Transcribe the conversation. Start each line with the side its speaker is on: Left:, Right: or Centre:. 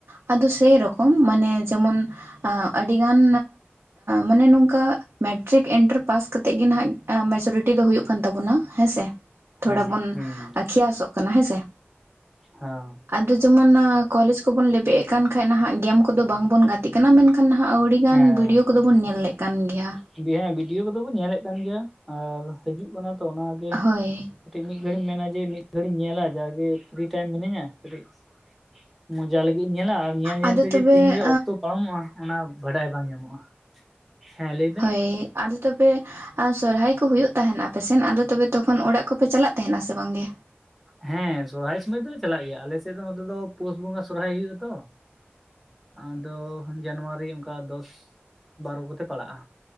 Right: ᱟᱫᱚ ᱥᱮᱨᱚᱠᱚᱢ ᱢᱟᱱᱮ ᱡᱮᱢᱚᱱ, ᱟᱸ, ᱟᱹᱰᱤ ᱜᱟᱱ ᱢᱟᱱᱮ ᱱᱚᱝᱠᱟ ᱢᱮᱴᱨᱤᱠ ᱮᱱᱴᱟᱨ ᱯᱟᱥ ᱠᱟ ᱠᱟᱛᱮᱫ ᱜᱮ ᱱᱟᱦᱟᱜ, ᱢᱮᱡᱚᱨᱤᱴᱤ ᱫᱚ ᱦᱩᱭᱩᱜ ᱠᱟᱱ ᱛᱟᱵᱳᱱᱟ ᱦᱮᱸᱥᱮ ᱛᱷᱚᱲᱟ
Centre: ᱦᱩᱸ
Right: ᱵᱚᱱ ᱠᱷᱮᱭᱟᱥᱚᱜ ᱠᱟᱱᱟ ᱦᱮᱸᱥᱮ?
Centre: ᱦᱮᱸ,
Right: ᱟᱫᱚ ᱡᱮᱢᱚᱱ ᱠᱚᱞᱮᱡᱽ ᱠᱚᱵᱚᱱ ᱞᱮᱵᱮᱫ ᱮ ᱠᱟᱱ ᱠᱷᱟᱡ ᱱᱟᱦᱟᱜ, ᱜᱮᱢ ᱠᱚᱫᱚ ᱵᱟᱝ ᱵᱚᱱ ᱜᱟᱛᱮᱜ ᱠᱟᱱᱟ ᱢᱮᱱᱠᱷᱟᱱ ᱱᱟᱦᱟᱜ ᱟᱹᱣᱲᱤᱜᱟᱱ
Centre: ᱦᱮᱸ ᱦᱮᱸ
Right: ᱵᱷᱤᱰᱭᱳ ᱠᱚᱫᱚ ᱵᱚᱱ ᱧᱮᱞ ᱞᱮᱫ ᱠᱟᱱ ᱜᱮᱭᱟ᱾
Centre: ᱦᱮᱸ ᱵᱷᱤᱰᱭᱳ ᱠᱚᱫᱚ ᱵᱚᱱ ᱧᱮᱞᱮᱫ ᱠᱟᱱ ᱜᱮᱭᱟ ᱟᱨ ᱦᱤᱡᱩᱜ ᱠᱟᱱᱟ ᱛᱚ ᱚᱱᱟᱜᱮ᱾
Right: ᱦᱳᱭ
Centre: ᱠᱟᱹᱴᱤᱡ ᱢᱤᱫ ᱜᱷᱟᱲᱤᱢ ᱢᱮᱱᱟ ᱡᱮ ᱢᱤᱫ ᱜᱷᱟᱲᱤᱧ ᱧᱮᱞᱟ ᱡᱟᱜᱮ ᱯᱷᱨᱤ ᱴᱟᱭᱤᱢ ᱢᱤᱱᱟᱹᱧᱟ ᱠᱟᱹᱴᱤᱡ, ᱢᱚᱡᱟ ᱞᱟᱹᱜᱤᱫ ᱤᱧ ᱧᱮᱞᱟ ᱟᱨ ᱧᱮᱞ ᱧᱮᱞᱛᱮ
Right: ᱟᱫᱚ ᱛᱚᱵᱮ
Centre: ᱡᱮ ᱛᱤᱱᱨᱮ ᱚᱠᱛᱚ ᱯᱟᱨᱚᱢᱚᱜᱼᱟ ᱚᱱᱟ ᱵᱟᱰᱟᱭ ᱵᱟᱝ ᱧᱟᱢᱚᱜᱼᱟ᱾ ᱦᱮᱸ ᱞᱟᱹᱭ ᱵᱮᱱ
Right: ᱦᱳᱭ ᱟᱫᱚ ᱛᱚᱵᱮ ᱟᱫᱚ ᱥᱚᱨᱦᱟᱭ ᱠᱚ, ᱦᱩᱭᱩᱜ ᱛᱟᱦᱮᱱ ᱟᱯᱮᱥᱮᱱ ᱟᱫᱚ ᱛᱚᱵᱮ ᱛᱚᱠᱷᱚᱱ ᱚᱲᱟᱜ ᱠᱚᱯᱮ ᱪᱟᱞᱟᱜ ᱛᱟᱦᱮᱱᱟ ᱥᱮ ᱵᱟᱝᱜᱮ?
Centre: ᱦᱮᱸ ᱥᱚᱨᱦᱟᱭ ᱥᱚᱢᱚᱭ ᱫᱚᱞᱮ ᱪᱟᱞᱟᱜ ᱜᱮᱭᱟ ᱟᱞᱮ ᱥᱮᱫ ᱫᱚ ᱱᱚᱛᱮ ᱫᱚ ᱯᱩᱥ ᱵᱚᱸᱜᱟ ᱥᱚᱨᱦᱟᱭ ᱦᱩᱭᱩᱜ ᱟᱛᱚ᱾ ᱟᱫᱚ ᱡᱟᱱᱩᱣᱟᱨᱤ ᱚᱱᱠᱟ ᱫᱚᱥ ᱵᱟᱨᱚ ᱠᱚᱛᱮ ᱯᱟᱲᱟᱜᱼᱟ᱾